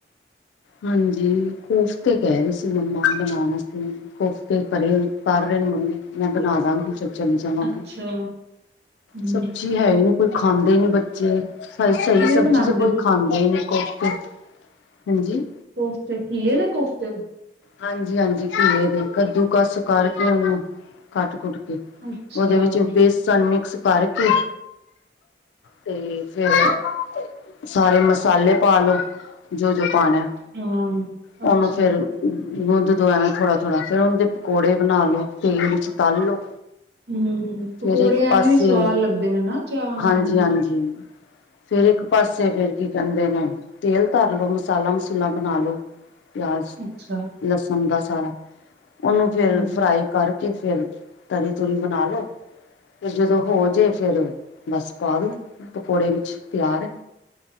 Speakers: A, on the left; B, on the right.
A: ਹਾਂਜੀ ਕੋਫਤੇ ਕਹਿ ਰਹੀ ਸੀ ਮੰਮਾ ਬਣਾਨ ਆਸਤੇ ਕੋਫਤੇ ਧਰੇ ਹੋਏ ਕਰ ਰਹੇ ਮੰਮੀ ਮੈਂ ਬਣਾ ਦਾਂਗੀ। <unintelligible>
B: ਅੱਛਾ ਹਮ
A: ਸਬਜ਼ੀ ਹੈ ਹੀ ਨੀ ਕੋਈ ਖਾਂਦੇ ਨੀ ਬੱਚੇ ਸਹੀ ਸਹੀ
B: ਕਿਵੇਂ
A: ਸਬਜ਼ੀ
B: ਬਣਾਉਂਦੇ
A: ਤੇ ਕੋਈ
B: ਤੁਸੀਂ
A: ਖਾਂਦੇ ਨੀ ਕੁਛ <unintelligible> ਹਾਂਜੀ
B: ਕੋਫਤੇ ਘੀਏ ਦੇ ਕੋਫਤੇ।
A: ਹਾਂਜੀ ਹਾਂਜੀ ਘੀਏ ਦੇ ਕੱਦੂ ਕੱਸ ਕਰਕੇ ਉਹਨੂੰ ਕੱਟ ਕੁੱਟ ਕੇ
B: ਅੱਛਾ
A: ਉਹਦੇ ਵਿੱਚ
B: ਹਮ
A: ਬੇਸਣ ਮਿਕਸ ਕਰਕੇ ਤੇ ਫੇਰ <unintelligible> ਸਾਰੇ ਮਸਾਲੇ ਪਾ ਲੋੋ ਜੋ ਜੋ ਪਾਣਾ
B: ਹਾਂ
A: ਉਹਨੂੰ
B: ਅੱਛਾ
A: ਫੇਰ ਗੁੰਦ ਦੋ ਐਵੇਂ ਥੋੜਾ ਥੋੜਾ ਫੇਰ ਉਹਦੇ ਦੇ ਪਕੌੜੇ ਬਣਾ ਲੋ ਤੇਲ ਵਿੱਚ ਤਲ ਲੋ
B: ਹੂੰ,
A: ਫੇਰ
B: ਪਕੌੜੇ
A: ਇੱਕ
B: ਐਵੇਂ
A: ਪਾਸੇ
B: ਵੀ ਸਵਾਦ ਲੱਗਦੇ ਨੇ ਨਾ ਚਾਹ ਨਾਲ
A: ਹਾਂਜੀ
B: ਹੂੰ,
A: ਹਾਂਜੀ ਫੇਰ ਇੱਕ ਪਾਸੇ ਫੇਰ ਕੀ ਕਹਿੰਦੇ ਨੇ ਤੇਲ ਧਰ ਲੋੋ ਮਸਾਲਾ ਮਸੂਲਾ ਬਣਾ ਲੋੋ ਪਿਆਜ਼
B: ਅੱਛਾ
A: ਲਸਣ ਦਾ ਸਾਰਾ ਉਹਨੂੰ
B: ਹੂੰ,
A: ਫੇਰ ਫਰਾਈ ਕਰ ਕੇ ਫੇਰ ਤਰੀ ਤੁਰੀ ਬਣਾ ਲੋੋ ਫਿਰ ਜਦੋਂ ਹੋ ਜੇ ਫੇਿਰ ਬਸ ਪਾ ਦੋ ਪਕੌੜੇ ਵਿੱਚ ਤਿਆਰ ਹੈ